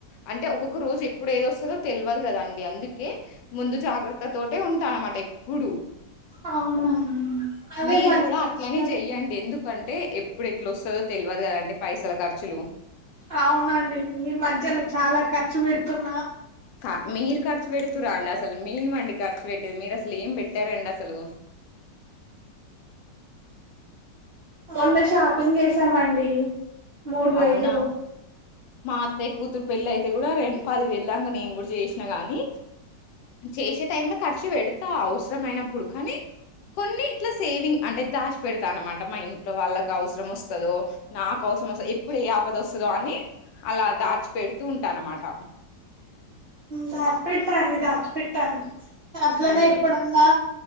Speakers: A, on the left; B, on the right.
A: అంటే ఒక్కొక్క రోజు ఎప్పుడు ఏదొస్తదో తెల్వదు కదా అండి. అందుకే ముందు జాగ్రత్తతోటే ఉంటా అన్నమాట ఎ ఎప్పుడు
B: అవునా అవే
A: మీరు
B: మంచి
A: కూడా
B: లక్షణం
A: అట్లనే చెయ్యండి ఎందుకం టే ఎప్పుడు ఎట్ల వస్తదో తెలువదు కదా అండి పైసల ఖర్చులు
B: అవునండి ఈ మధ్యలో చాలా ఖర్చు పెడుతున్నా
A: ఆ మీరు ఖర్చు పెడుతుర్రాండి. అసలు మేమండి ఖర్చు పెట్టేది మీరసలు ఏం పెట్టరండి అసలు.
B: మొన్న షాపింగ్ చేసామండి మూడు వేయిలు
A: అవునా? మా అత్తయ్య కూతురు పెళ్లి అయితే కూడా రెండు పది వెేళ్దాంక నేను కూడా చేసినా గాని చేసే టైంలో ఖర్చు పెడతా అవసరమైనప్పుడు కానీ కొన్ని ఇట్ల సేవింగ్ అంటే దాచి పెడతా అన్నమాట. మా ఇంట్లో వాళ్ళకి అవసరం వస్తదో నాకు అవసరం వస్తు ఎప్పుడు ఏ ఆపదొస్తదో అని అలా దాచి పెడుతూ ఉంటా అన్నమాట.
B: దాచి పెడ్తా అండి దాచి పెట్ట అట్లనే
A: హ్మ్.
B: ఇప్పుడు అంతా